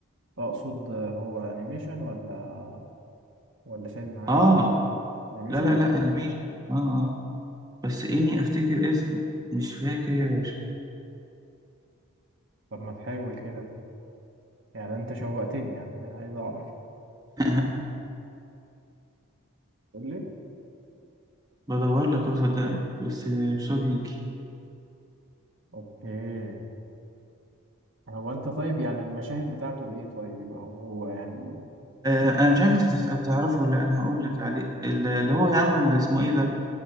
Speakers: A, on the right (about 60°); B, on the right (about 15°).
A: اقصد آه، هو انيميشن ولا ولا فيلم عادي
B: اه
A: ولا انيميشن
B: لا لا لا انيميشن اه اه بس اني افتكر اسم مش فاكر يا باشا
A: طب ما تحاول كده يعني انت شوقتني يعني انا عايز اعرف
B: <laughs>
A: قول لي
B: بدور لك اهو صدقني بس مش راضي يجي
A: اوكي هو انت طيب يعني المشاهد بتاعته ايه طيب او هو يعني
B: آه، انا مش عارف انت تت- تعرفه ولا لأ، انا هقول لك عليه ال- اللي هو يعمل اسمه ايه ده